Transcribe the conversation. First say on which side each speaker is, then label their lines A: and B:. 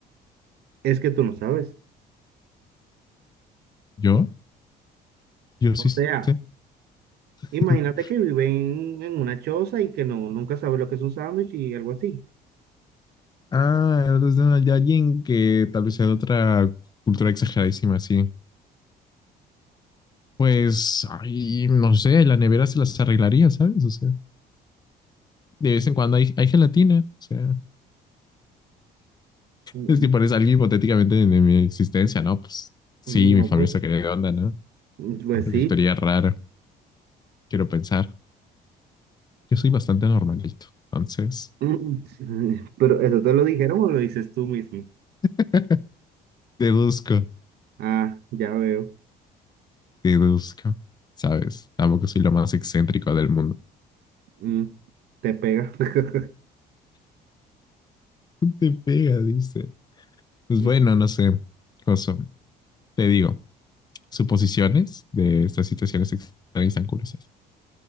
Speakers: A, on the right; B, on the left.
A: es que tú no sabes.
B: ¿Yo? Yo
A: O
B: sí
A: sea,
B: sé. <laughs>
A: imagínate que vive en, en una choza y que no, nunca sabe lo que es un sándwich y algo así.
B: Ah, eres de de alguien que tal vez sea de otra cultura exageradísima, sí. Pues, ay, no sé, la nevera se las arreglaría, ¿sabes? O sea, de vez en cuando hay, hay gelatina. O sea,
A: Mm,
B: es que parece alguien hipotéticamente de, de mi existencia, ¿no? Pues sí,
A: mm, No,
B: mi familia
A: pues,
B: se quería de onda, ¿no?
A: mm, pues
B: Porque
A: sí.
B: actuaría rara, quiero pensar. Yo soy bastante normalito, entonces.
A: Mm, <laughs> Pero eso te lo dijeron o lo dices tú mismo.
B: <laughs> Deduzco,
A: Ah, ya veo.
B: deduzco. ¿Sabes? Tampoco soy lo más excéntrico del mundo.
A: Mm, Te pega. <laughs>
B: Te pega, dice. Pues
A: Mm,
B: bueno, no sé. Cosa. Te digo, suposiciones de estas situaciones extrañas tan curiosas.